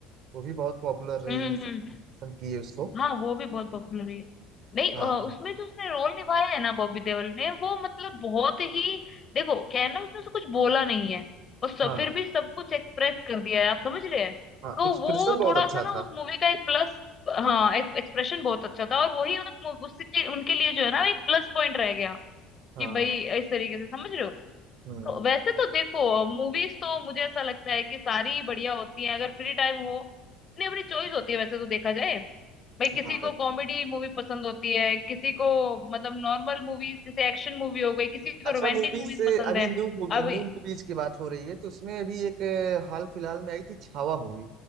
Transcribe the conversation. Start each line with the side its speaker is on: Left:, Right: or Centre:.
Right: वो भी बहुत पॉपुलर रही
Left: हम्म हम्म,
Right: है सबको
Left: हम्म,
Right: पसंद की है उसको
Left: हाँ वो भी बहुत पॉपुलर है नहीं
Right: हाँ
Left: अ, उसमें जो उसने रोल निभाया है ना बॉबी देओल ने वो मतलब बहुत ही देखो क्या है ना उसने से कुछ बोला नहीं है और सब
Right: हाँ
Left: फिर भी सब कुछ एक्सप्रेस कर दिया है आप समझ रहे हैं
Right: हाँ
Left: तो
Right: एक्सप्रेशन
Left: वो
Right: बहुत
Left: थोड़ा
Right: अच्छा
Left: सा ना
Right: था
Left: उस मूवी का एक प्लस हाँ एक एक्सप्रेशन बहुत अच्छा था और वही उस मूवी उसके उनके लिए जो है ना एक प्लस पॉइंट रह गया
Right: हाँ
Left: कि भाई इस तरीके से समझ रहे हो
Right: हम्म
Left: तो वैसे तो देखो मूवीज तो मुझे ऐसा लगता है कि सारी ही बढ़िया होती हैं अगर फ्री टाइम हो अपनी अपनी चॉइस होती है वैसे तो देखा जाए भाई किसी
Right: हाँ
Left: को कॉमेडी मूवी पसंद होती है किसी को मतलब नॉर्मल मूवीज जैसे एक्शन मूवी हो गई किसी को
Right: अच्छा
Left: रोमांटिक
Right: मूवीज
Left: मूवीज
Right: से
Left: पसंद
Right: अभी
Left: है
Right: न्यू
Left: अब
Right: न्यू मूवीज की बात हो रही है तो उसमें अभी एक अ, हाल फिलहाल में आई थी छावा मूवी